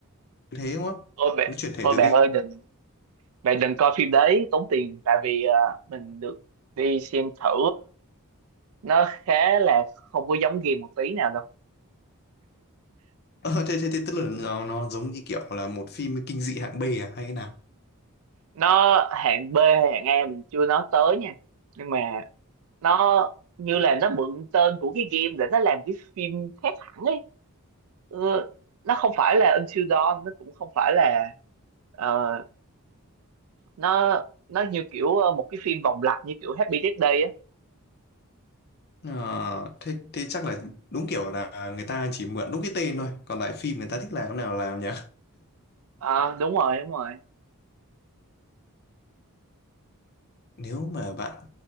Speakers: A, on the left; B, on the right.
A: thế đúng không
B: ôi bạn
A: nó chuyển thể
B: ôi
A: từ
B: bạn
A: game
B: ơi đừng bạn đừng coi phim đấy tốn tiền tại vì ờ, mình được đi xem thử nó khá là không có giống game một tí nào đâu
A: ờ thế, thế, thế tức là nó, nó giống như kiểu là một phim kinh dị hạng B à hay thế nào
B: nó hạng B hay hạng A mình chưa nói tới nha nhưng mà nó như là nó mượn tên của cái game để nó làm cái phim khác hẳn ấy ừ, nó không phải là Until Dawn nó cũng không phải là ờ, nó nó như kiểu ờ, một cái phim vòng lặp như kiểu Happy Death Day á
A: Ờ, thế, thế chắc là đúng kiểu là người ta chỉ mượn đúng cái tên thôi còn lại phim người ta thích làm thế nào làm nhỉ
B: Ờ, đúng rồi đúng rồi
A: nếu mà bạn